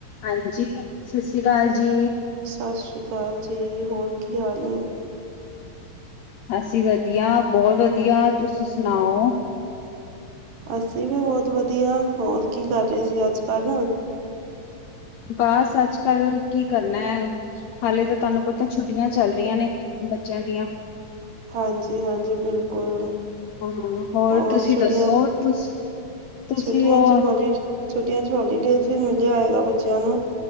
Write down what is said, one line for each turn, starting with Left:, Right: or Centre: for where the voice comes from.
Left: ਹਾਂਜੀ, ਸਸ਼੍ਰੀ ਕਾਲ ਜੀ।
Right: ਸਾਸ਼੍ਰੀਕਾਲ ਜੀ, ਹੋਰ ਕੀ ਹਾਲ ਨੇ?
Left: ਅਸੀ ਵਦੀਆ, ਬੋਤ ਵਦੀਆ, ਤੁਸੀ ਸੁਨਾਓ?
Right: ਅਸੀ ਵੀ ਬੋਤ ਵਦੀਆ, ਹੋਰ ਕੀ ਕਰ ਰੇ ਸੀ ਅੱਜ-ਕੱਲ?
Left: ਬਾਸ ਅੱਜ-ਕੱਲ ਕੀ ਕਰਨਾ ਐ। ਹਲੇ ਤਾ ਤਾਨੂੰ ਪਤੈ ਛੁੱਟੀਆਂ ਚਲ ਰੀਆਂ ਨੇ ਬੱਚੇਆਂ ਦੀਆਂ।
Right: ਹਾਂਜੀ, ਹਾਂਜੀ ਬਿਲਕੁਲ
Left: ਹਾਂ।
Right: ਹੋਰ,
Left: ਤੁਸੀਂ
Right: ਛੁੱਟੀਆਂ
Left: ਦੱਸੋ
Right: ਦਾ
Left: ਤੁਸ ਤੁਸੀਂ
Right: ਛੁੱਟੀਆਂ
Left: ਉਹ
Right: ਚ ਹੋਲੀ ਛੁੱਟੀਆਂ ਚ ਹੋਲੀਡੇਜ਼ ਵੀ ਮਿਲੇਆ ਹੋਏਗਾ ਬੱਚਿਆਂ ਨੂੰ?